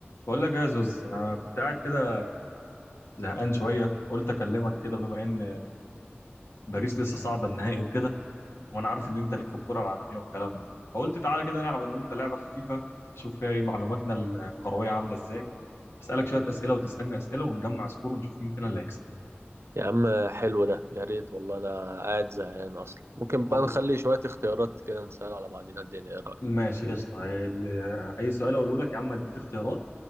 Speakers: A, on the left; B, on the right.
A: بقول لك ايه يا زوز انا كنت قاعد كده زهقان شويه قلت اكلمك كده بما ان باريس لسه صاعده النهائي وكده وانا عارف ان انت ليك في الكوره العالميه والكلام ده فقلت تعالى كده نلعب انا وانت لعبه خفيفه نشوف فيها ايه معلوماتنا الكرويه عامله ازاي اسالك شويه اسئله وتسالني اسئله ونجمع سكور ونشوف مين فينا اللي هيكسب
B: يا عم حلو ده يا ريت والله انا قاعد زهقان اصلا ممكن
A: خلاص
B: بقى نخلي شوية اختيارات كده نسأل على بعضينا الدنيا ايه رأيك
A: ماشي قشطه ال- اي سؤال اقوله لك يا عم هديك اختيارات